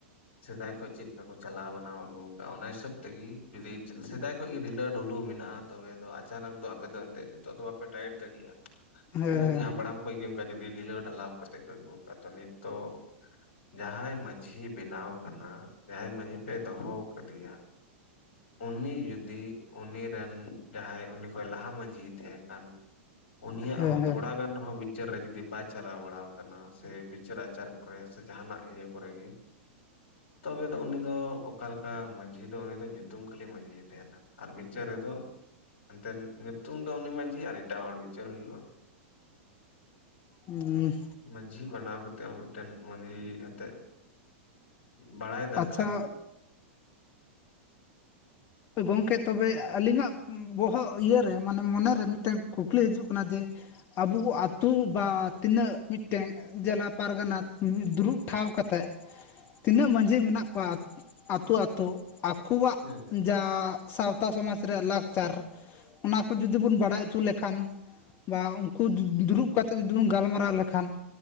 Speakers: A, on the left; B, on the left.
A: ᱥᱮᱫᱟᱭ ᱠᱷᱚᱡ ᱪᱮᱫ ᱞᱮᱠᱟ ᱠᱚ ᱪᱟᱞᱟᱣ ᱵᱟᱱᱟᱣ ᱟᱹᱜᱩᱣ ᱠᱟᱜᱼᱟ ᱚᱱᱟ ᱦᱤᱥᱟᱹᱵ ᱛᱮ᱾ ᱛᱮᱜᱮ ᱡᱩᱫᱤ ᱥᱮᱫᱟᱭ ᱠᱷᱚᱡ ᱜᱮ ᱰᱷᱤᱞᱟᱹ ᱰᱷᱩᱞᱩ ᱢᱮᱱᱟᱜᱼᱟ, ᱛᱚᱵᱮ ᱫᱚ ᱟᱪᱟᱱᱚᱠ ᱫᱚ ᱟᱯᱮ ᱫᱚ ᱮᱱᱛᱮᱫ ᱱᱤᱛᱚᱜ ᱫᱚ ᱵᱟᱯᱮ ᱴᱟᱭᱤᱴ ᱫᱟᱲᱮᱜᱼᱟ,
B: ᱦᱮᱸ ᱦᱮᱸ
A: ᱪᱮᱫᱟᱜ ᱡᱮ ᱦᱟᱯᱲᱟᱢ ᱠᱷᱚᱡ ᱜᱮ ᱚᱱᱠᱟ ᱡᱩᱫᱤ ᱰᱷᱤᱞᱟᱹᱣ, ᱰᱷᱟᱞᱟᱣ ᱠᱟᱛᱮ ᱯᱮ ᱟᱹᱜᱩᱣ ᱠᱟᱫ-ᱟ ᱛᱚ ᱱᱤᱛ ᱫᱚ᱾ ᱡᱟᱦᱟᱸᱭ ᱢᱟᱺᱡᱷᱤ ᱵᱮᱱᱟᱣ ᱠᱟᱱᱟ, ᱡᱟᱦᱟᱸᱭ ᱢᱟᱺᱡᱷᱤ ᱯᱮ ᱫᱚᱦᱚ ᱠᱟᱹᱫᱮᱭᱟ ᱩᱱᱤ ᱡᱩᱫᱤ ᱩᱱᱤᱨᱮᱱ ᱡᱟᱦᱟᱸᱭ ᱩᱱᱤ, ᱠᱷᱚᱱ ᱞᱟᱦᱟ ᱢᱟᱺᱡᱷᱤ ᱛᱮᱦᱮᱸ ᱠᱟᱱ ᱩᱱᱤᱭᱟᱜ
B: ᱦᱮᱸ
A: ᱦᱚᱸ,
B: ᱦᱮᱸ
A: ᱛᱷᱚᱲᱟ ᱜᱟᱱ ᱨᱮᱦᱚᱸ᱾ <unintelligible> ᱵᱤᱪᱟᱹᱨ ᱨᱮ ᱡᱩᱫᱤ ᱵᱟᱭ ᱪᱟᱞᱟᱣ ᱵᱟᱲᱟᱣ ᱠᱟᱱᱟ, ᱥᱮ ᱵᱤᱪᱟᱹᱨ ᱟᱪᱟᱨ ᱠᱚᱨᱮ ᱥᱮ ᱡᱟᱦᱟᱱᱟᱜ ᱤᱭᱟᱹ ᱠᱚᱨᱮ ᱜᱮ ᱛᱚᱵᱮ ᱫᱚ ᱩᱱᱤ ᱫᱚ, ᱚᱠᱟ ᱞᱮᱠᱟ ᱢᱟᱺᱡᱷᱤ ᱫᱚ ᱩᱱᱤ ᱫᱚ, ᱧᱩᱛᱩᱢ ᱠᱷᱟᱹᱞᱤ ᱢᱟᱺᱡᱷᱤ ᱛᱮᱦᱮᱱᱟ᱾ ᱟᱨ ᱵᱤᱪᱟᱹᱨ ᱨᱮᱫᱚ ᱮᱱᱛᱮᱱ ᱧᱩᱛᱩᱢ ᱛᱚ ᱩᱱᱤ ᱢᱟᱺᱡᱷᱤ, ᱟᱨ ᱮᱴᱟᱜ ᱦᱚᱲ ᱵᱤᱪᱟᱹᱨ ᱦᱩᱭᱩᱜᱼᱟ᱾
B: ᱦᱩᱸ
A: ᱢᱟᱺᱡᱷᱤ ᱵᱟᱱᱟᱣ ᱠᱟᱛᱮᱫ ᱦᱚᱸ, ᱢᱤᱫᱴᱮᱱ ᱩᱱᱤ ᱮᱱᱛᱮᱫ ᱵᱟᱲᱟᱭ ᱫᱟᱨᱠᱟᱨ᱾
B: ᱟᱪᱪᱷᱟ ᱜᱚᱝᱠᱮ ᱛᱚᱵᱮ ᱟᱹᱞᱤᱧᱟᱜ ᱵᱚᱦᱚᱜ ᱤᱭᱟᱹᱨᱮ, ᱢᱟᱱᱮ ᱢᱚᱱᱮ ᱨᱮ ᱢᱤᱫᱴᱮᱱ ᱠᱩᱠᱞᱤ ᱦᱤᱡᱩᱜ ᱠᱟᱱᱟ ᱡᱮ? ᱟᱵᱩ ᱟᱛᱩ ᱵᱟ ᱛᱤᱱᱟᱹᱜ ᱢᱤᱫᱴᱮᱜ ᱡᱟᱞᱟ ᱯᱟᱨᱜᱟᱱᱟ ᱫᱩᱲᱩᱵ ᱴᱷᱟᱶ ᱠᱟᱛᱮᱫ᱾ ᱛᱤᱱᱟᱹᱜ ᱢᱟᱺᱡᱷᱤ ᱢᱮᱱᱟᱜ ᱠᱚᱣᱟ, ᱟᱹᱛᱳ ᱟᱛᱳ ᱟᱠᱚᱣᱟᱜ
A: ᱦᱮᱸ,
B: ᱡᱟ ᱥᱟᱶᱛᱟ ᱥᱚᱢᱟᱡᱽ ᱨᱮᱭᱟᱜ ᱞᱟᱠᱪᱟᱨ, ᱚᱱᱟ ᱠᱚ ᱡᱩᱫᱤ ᱵᱚᱱ ᱵᱟᱲᱟᱭ ᱪᱩ ᱞᱮᱠᱷᱟᱱ᱾ ᱵᱟ ᱩᱱᱠᱩ ᱫᱩᱨᱩᱜ ᱠᱟᱛᱮᱫ ᱡᱩᱫᱤ, ᱵᱚᱱ ᱜᱟᱞᱢᱟᱨᱟᱣ ᱞᱮᱠᱷᱟᱱ